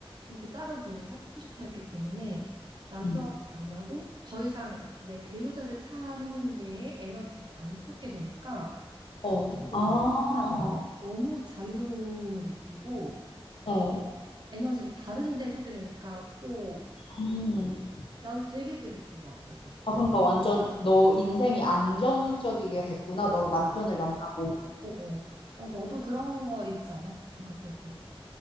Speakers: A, on the right; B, on the left.
A: 그렇게 짝을 되게 찾고 싶어 했기 때문에 남편을
B: 응,
A: 만나고 더 이상 내 배우자를 찾는 데에 에너지를 안 쏟게 되니까
B: 어,
A: 이거
B: 아,
A: 너무 편하더라. 너무 자유로움을 느끼고
B: 어,
A: 에너지를 다른 데 쏟게 되니까 또
B: 음.
A: 난 되게 되게 좋아. 그래서
B: 아, 그러니까 완전 너 인생이 안정적이게 됐구나, 너 남편을
A: 어,
B: 만나고.
A: 어, 어. 어, 너도 그런 거 있지 않아? 뭔가 그래도